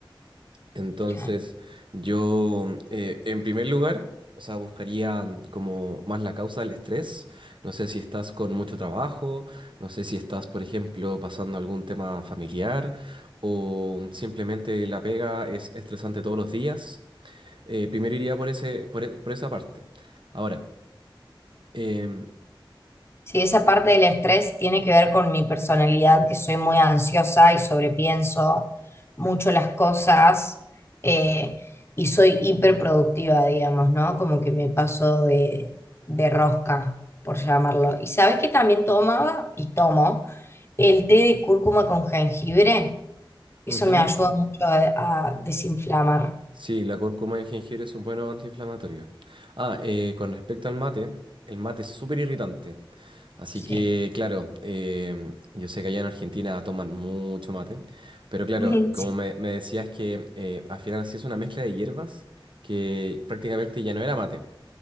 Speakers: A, on the right; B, on the left.
A: Entonces,
B: claro.
A: yo, eh, en primer lugar, o sea, buscaría mm, como más la causa del estrés. No sé si estás con mucho trabajo, no sé si estás, por ejemplo, pasando algún tema familiar o simplemente la pega es estresante todos los días. Eh, primero iría por ese, por, e- por esa parte. Ahora, em,
B: Sí, esa parte del estrés tiene que ver con mi personalidad, que soy muy ansiosa y sobrepienso mucho las cosas eh, y soy hiperproductiva, digamos, ¿no? Como que me paso de, de rosca, por llamarlo. ¿Y sabes que también tomaba? Y tomo el té de cúrcuma con jengibre. Eso
A: ujú,
B: me ayuda mucho a, a desinflamar.
A: sí, la cúrcuma y el jengibre son buenos antiinflamatorios. Ah, eh, con respecto al mate, el mate es súper irritante. Así
B: Sí,
A: que, claro, em, yo sé que allá en Argentina toman mucho mate, pero claro,
B: <laughs>
A: como
B: sí,
A: me, me decías que eh, al final hacías una mezcla de hierbas que prácticamente ya no era mate.